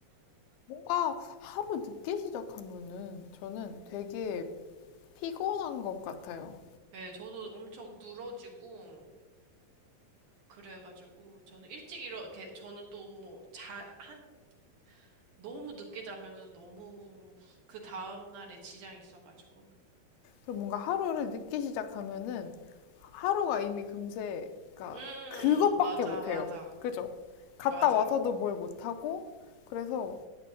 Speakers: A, on the left; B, on the right.
A: 뭔가 하루 늦게 시작하면은 저는 되게 피곤한 것 같아요.
B: 네, 저도 엄청 늘어지고, 그래가지고, 저는 일찍 이렇게, 저는 또 자, 한, 너무 늦게 자면은 너무 그 다음날에 지장이 있어가지고.
A: 그리고 뭔가 하루를 늦게 시작하면은 하루가 이미 금세, 그러니까
B: 음,
A: 그것밖에
B: 맞아,
A: 못해요.
B: 맞아.
A: 그죠? 갔다
B: 맞아요.
A: 와서도 뭘 못하고, 그래서